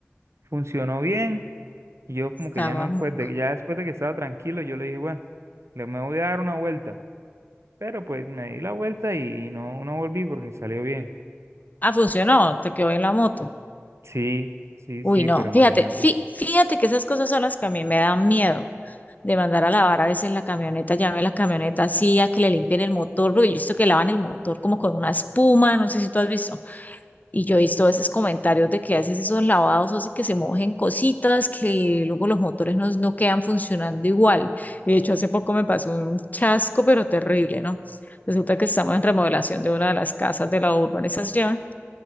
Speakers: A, on the right; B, on the left.
A: funcionó bien. Y yo como
B: Estábamos.
A: que ya me, pues de- ya después de que estaba tranquilo, yo le dije, bueno, le me voy a dar una vuelta. Pero pues me di la vuelta y, y no, no volví porque salió bien.
B: Ah, funcionó, te quedó en la moto.
A: Sí, sí,
B: Uy,
A: sí,
B: no,
A: pero imagínate.
B: fíjate, fí- fíjate que esas cosas son las que a mí me dan miedo de mandar a lavar a veces la camioneta, llame a la camioneta así a que le limpien el motor, porque yo he visto que lavan el motor como con una espuma, no sé si tú has visto. Y yo he visto esos comentarios de que haces esos lavados, hace que se mojen cositas, que luego los motores no, no quedan funcionando igual. Y de hecho, hace poco me pasó un chasco, pero terrible, ¿no? Resulta que estamos en remodelación de una de las casas de la urbanización,